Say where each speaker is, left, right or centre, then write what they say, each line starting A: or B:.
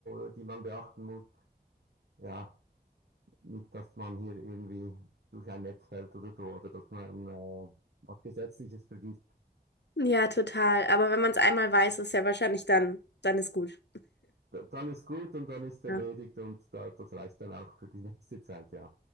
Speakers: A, on the right (about 75°); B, on the left (about 85°).
A: äh, die man beachten muss. Ja, nicht, dass man hier irgendwie durch ein Netz fällt oder so, oder dass man äh, was Gesetzliches vergisst.
B: Ja, total. Aber wenn man es einmal weiß, ist ja wahrscheinlich dann, dann ist gut.
A: Da, dann ist gut und dann ist erledigt
B: Ja.
A: und da, das reicht dann auch für die <laughs> nächste Zeit, ja.